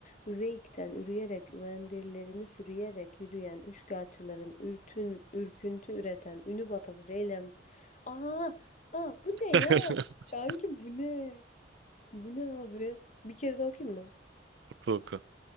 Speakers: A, on the left (about 40°); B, on the right (about 70°).
A: Üveyik'ten ürüyerek, Üvendirlerini sürüyerek yürüyen Üçkağıtçıların ürtün, ürküntü üreten Ünü batası Ceylem. Aa, aa bu ne
B: <laughs>
A: ya? Kanki bu ne? Bu ne abi? Bir kere daha okuyayım mı?
B: Oku oku.